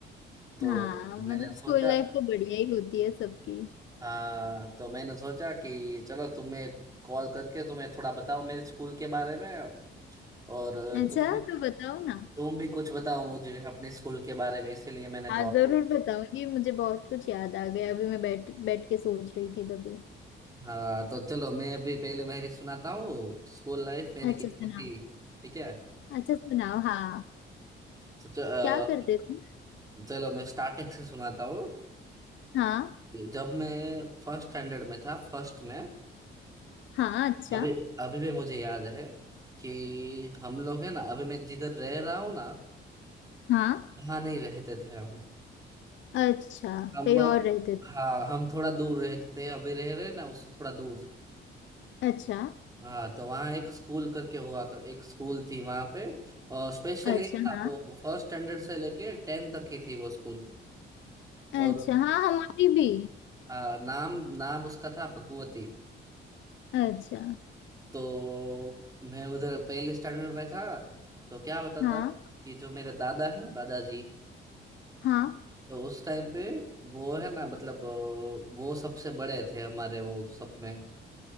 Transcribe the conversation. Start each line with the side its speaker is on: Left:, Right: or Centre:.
Right: तो
Left: हाँ मतलब
Right: मैंने सोचा
Left: स्कूल लाइफ तो बढ़िया ही होती है सबकी
Right: हाँ तो मैंने सोचा कि चलो तुम्हें कॉल करके तुम्हें थोड़ा बताओ मेरे स्कूल के बारे में और
Left: अच्छा
Right: तुम भी
Left: तो बताओ ना
Right: तुम भी कुछ बताओ मुझे अपने स्कूल के बारे में इसीलिए मैंने कॉल
Left: हाँ जरूर बताओ ये मुझे बहुत कुछ याद आ गया अभी मैं बैठ बैठ के सोच रही थी तभी
Right: हाँ तो चलो मैं अभी पहले मेरी सुनाता हूँ स्कूल लाइफ मेरी
Left: अच्छा
Right: कैसी
Left: सुनाओ
Right: थी ठीक है
Left: अच्छा सुनाओ हाँ
Right: तो च- अ,
Left: क्या करते थे
Right: चलो मैं स्टार्टिंग से सुनाता हूँ
Left: हाँ
Right: जब मैं फर्स्ट स्टैंडर्ड में था फर्स्ट में
Left: हाँ अच्छा
Right: अभी अभी भी मुझे याद है कि हम लोग है ना अभी मैं जिधर रह रहा हूँ ना
Left: हाँ
Right: वहाँ नहीं रहते थे हम
Left: अच्छा
Right: हम
Left: कहीं और रहते थे
Right: हाँ हम थोड़ा दूर रहते थे अभी रह रहे ना उससे थोड़ा दूर
Left: अच्छा
Right: हाँ तो वहाँ एक स्कूल करके हुआ कर, एक स्कूल थी वहाँ पे और स्पेशली
Left: अच्छा
Right: ना
Left: हाँ
Right: वो फर्स्ट स्टैंडर्ड से लेके टेन तक की थी वो स्कूल
Left: अच्छा
Right: और
Left: हाँ हमारी भी
Right: हाँ नाम नाम उसका था भगवती
Left: अच्छा
Right: तो मैं उधर पहले स्टैंडर्ड में था तो क्या होता
Left: हाँ
Right: था कि जो मेरे दादा है ना दादाजी
Left: हाँ
Right: तो उस टाइम पे वो है ना मतलब अ, वो सबसे बड़े थे हमारे वो सब में